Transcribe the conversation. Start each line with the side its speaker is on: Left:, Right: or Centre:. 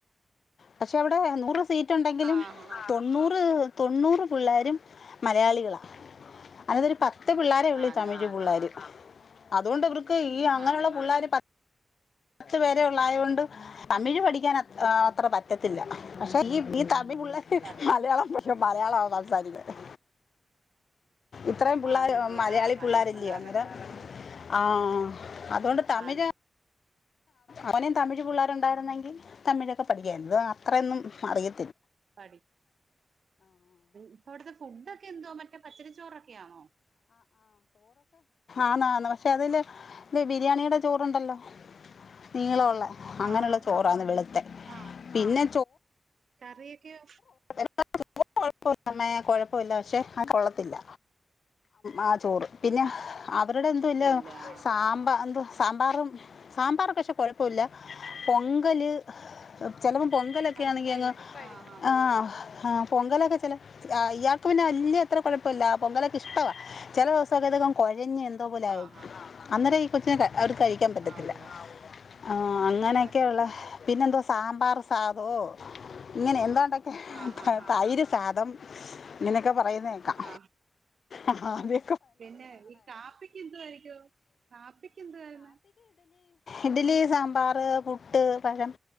Left: പക്ഷെ അവിടേ നൂറ് സീറ്റ് എണ്ടെങ്കിലും
Right: ആഹ് ആഹ്
Left: തൊണ്ണൂറ് തൊണ്ണൂറ് പിള്ളാരും മലയാളികളാ അങ്ങനൊരു പത്ത് പിള്ളാരേ ഉള്ളൂ
Right: ആന്ന്
Left: തമിഴ്
Right: ആഹ്
Left: <unintelligible> പിള്ളാരും
Right: ആഹ്
Left: അതുകൊണ്ട് വൃ ഈ അങ്ങനെയുള്ള
Right: ആന്നല്ലയോ
Left: പുള്ളേര് പ ത്തു പേരെ ഉള്ളായുകൊണ്ട് തമിഴ് പഠിക്കാൻ അത്ര പറ്റത്തില്ല പക്ഷേ ഈ ഈ ത മിഴ് പിള്ളേര്
Right: പത്രത്തിൽ
Left: മലയാളം പ മലയാളാ സംസാരിക്കുന്നേ. ഇത്രയും പിള്ളേർ
Right: ആന്നില്ലേ
Left: മലയാളി
Right: ആഹ് ആഹ്
Left: പിള്ളേരല്ലയോ
Right: ഈ പിള്ളേരുടെ
Left: അന്നേരം
Right: കൂടെ കൂടി
Left: ആഹ് അതുകൊണ്ട് തമിഴ്
Right: ആന്ന്
Left: അവനും തമിഴ് പിള്ളേര് ഉണ്ടായിരുന്നെങ്കിൽ തമിഴൊക്കെ പഠിക്കായിരുന്നു ഇത് അത്രയൊന്നും അറിയ
Right: പടി ഇപ്പവിടുത്തെ ഫുഡൊക്കെ എന്തോ മറ്റേ പച്ചരിച്ചോറൊക്കെയാണോ?
Left: ആന്ന് ആന്ന് അതില് ബിരിയാണിയുടെ ചോറുണ്ടല്ലോ? നീളവൊള്ളത് അങ്ങനെയുള്ള
Right: ആഹ് ആഹ്
Left: ചോറാണ് വെളുത്തെ
Right: ആഹ്
Left: പിന്നെ
Right: കറിയൊക്കെയോ?
Left: <unintelligible> കുഴപ്പമില്ല പക്ഷേ ആ കൊള്ളത്തില്ല. ആ ചോറ് പിന്നെ അവരുടെ എന്തോ ഇല്ല
Right: എല്ലാ
Left: സാമ്പ എന്തോ സാമ്പാറും സാമ്പാറൊക്കെ ക്ഷെ കൊഴപ്പല്ല പൊങ്കല് ചെലപ്പോ പൊങ്കലൊക്കൊയാണെങ്കി
Right: പരിപ്പായിരിക്കും
Left: അങ്ങ്
Right: ആ ആ ഓ
Left: ആഹ് ആഹ് പൊങ്കലൊക്കെ ചില ഇയാൾക്ക് പിന്നെ വലിയ അത്ര കൊഴപ്പല്ല പൊങ്കലൊക്കെ ഇഷ്ടവാ ചില ദിവസമൊക്കെ കോ ഞ്ഞ് എന്തോ പോലെ ആയി
Right: ആ ആ
Left: അന്നര <unintelligible> അവർ കഴിക്കാൻ പറ്റത്തില്ല
Right: ആ ഉവ്വ
Left: ആ അങ്ങനെയൊക്കെയുള്ള
Right: പറ്റത്തില്ല
Left: പിന്നെന്ത സാമ്പാർ സാധോ ഇങ്ങനെ എന്താ എന്തൊക്കെ
Right: ആ ആ ആ
Left: തൈര് സാദം നിനക്ക് ഒക്കെ പറയുന്നേക്കാം
Right: ആ
Left: ആ അതെ
Right: പിന്നെ ഈ കാപ്പിക്ക് എന്തുവാഴിക്കോ കാപ്പിക്ക് എന്തുവാരുന്ന്
Left: ഇഡ്ലി സാമ്പാറ് പുട്ട് പഴം